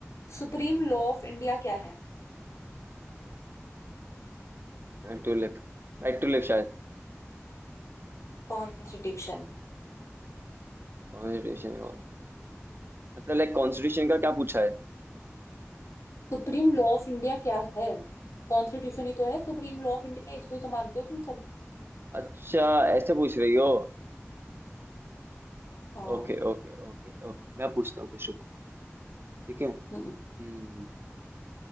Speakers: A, on the left; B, on the right.
A: सुप्रीम लॉ ऑफ इंडिया क्या है
B: To live Right to live शायद
A: Constitution
B: कॉन्स्टिट्यूशन मतलब लाइक कॉन्स्टिट्यूशन का क्या पूछा है
A: Supreme law of India क्या है कॉन्स्टिट्यूशन ही तो है सुप्रीम लॉ ऑफ इंडिया इसको ही तो मानते हो तुम सब
B: अच्छा ऐसे पूछ रही हो
A: हाँ
B: ओके ओके ओके ओके मैं पूछता हूँ कुछ रुको ठीक है
A: हम्म
B: हम्म